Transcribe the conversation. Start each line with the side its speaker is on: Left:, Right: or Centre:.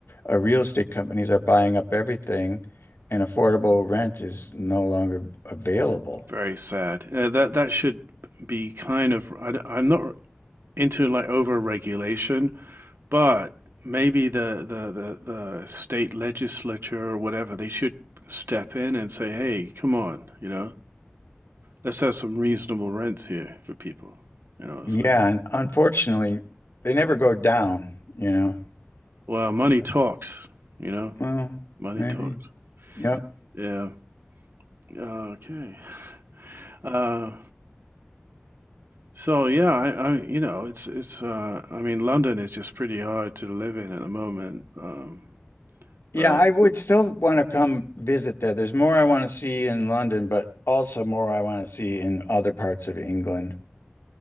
Left: uh, real estate companies are buying up everything, and affordable rent is no longer available.
Right: very sad. Uh, that that should be kind of I, am not into like over regulation. But maybe the, the, the, the state legislature or whatever, they should step in and say, hey, come on, you know, let's have some reasonable rents here for people. You know, it's
Left: Yeah,
Right: like,
Left: and unfortunately, they never go down, you know.
Right: well, money
Left: So
Right: talks, you know,
Left: Well,
Right: money
Left: maybe.
Right: talks.
Left: Yep.
Right: Yeah. Okay. Uh, so yeah, I, I, you know, it's, it's, uh, I mean, London is just pretty hard to live in at the moment. Um,
Left: Yeah,
Right: but
Left: I would still want to come visit there. There's more I want to see in London, but also more I want to see in other parts of England.